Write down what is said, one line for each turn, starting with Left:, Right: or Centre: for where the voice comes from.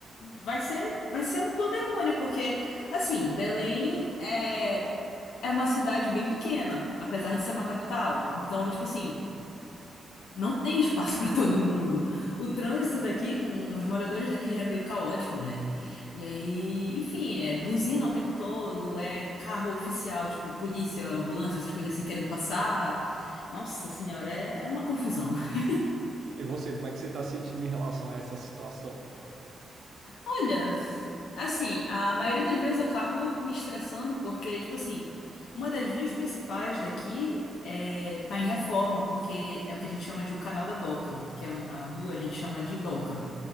Left: vai ser, vai ser um pandemônio, porque assim, Belém é é uma cidade bem pequena, apesar de ser uma capital. Então, tipo assim, Não tem espaço <laughs> para todo mundo. O trânsito daqui, com os moradores daqui já é meio caótico, né? E aí, enfim, é buzina o tempo todo, é carro oficial, tipo polícia, ambulância, essas coisas assim querendo passar. Nossa senhora, é, é uma confusão. <laughs>
Right: E você, como é que você está sentindo em relação a essa situação?
Left: Olha, assim, a maioria das vezes eu acabo me estressando porque, tipo assim, uma das vias principais daqui é, tá em reforma, porque é o que a gente chama de o canal da Doca, que é o- a rua a gente chama de Doca.